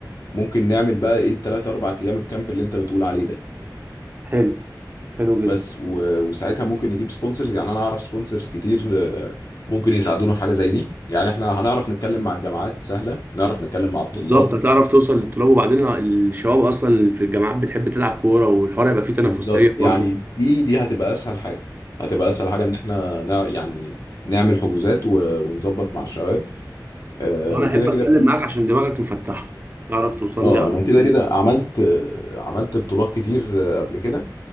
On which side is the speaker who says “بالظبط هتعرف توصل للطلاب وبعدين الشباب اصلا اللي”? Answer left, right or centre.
Right